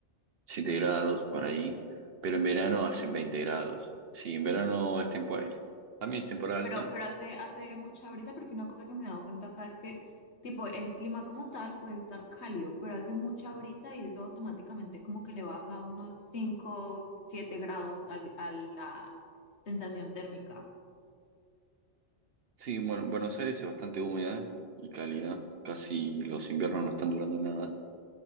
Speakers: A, on the right; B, on the left.
A: siete grados por ahí, pero en verano hacen 20 grados. Sí, en verano es temporada, también es temporada alta.
B: Pero, pero hace, hace mucha brisa, porque una cosa que me he dado cuenta acá es que, tipo, el clima como tal puede estar cálido, pero hace mucha brisa y eso automáticamente como que le baja unos 5 7 grados al- a la sensación térmica.
A: Sí, bueno, Buenos Aires es bastante húmeda y cálida, casi los inviernos no están durando nada.